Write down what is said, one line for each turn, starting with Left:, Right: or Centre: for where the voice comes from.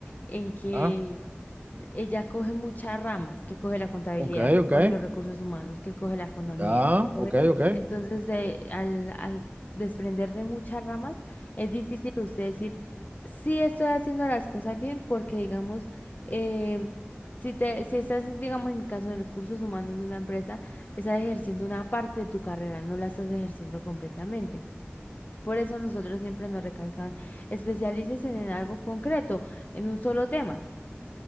Left: En que
Right: Ah,
Left: ella coge muchas ramas, que coge la contabilidad,
Right: ok,
Left: que
Right: ok.
Left: coge los recursos humanos, que coge la economía,
Right: Ah,
Left: que coge...
Right: ok, ok.
Left: Entonces, de- al, al desprender de muchas ramas, es difícil usted decir, sí estoy haciendo las cosas bien, porque digamos, eh, si te, si estás, digamos, en mi caso, en recursos humanos de una empresa, estás ejerciendo una parte de tu carrera, no la estás ejerciendo completamente. Por eso nosotros siempre nos recalcan, especialícese en algo concreto, en un solo tema.